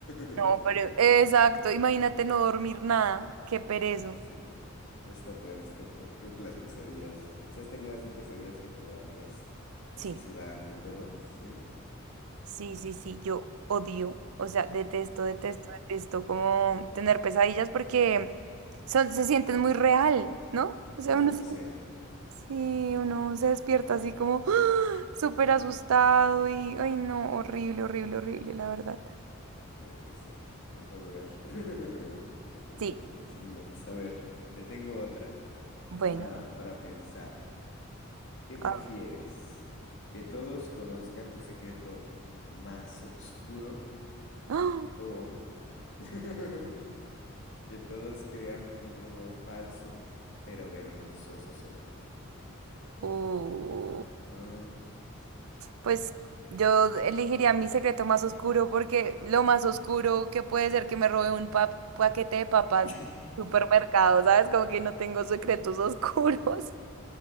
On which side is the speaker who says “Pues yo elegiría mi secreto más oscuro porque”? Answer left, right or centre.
Right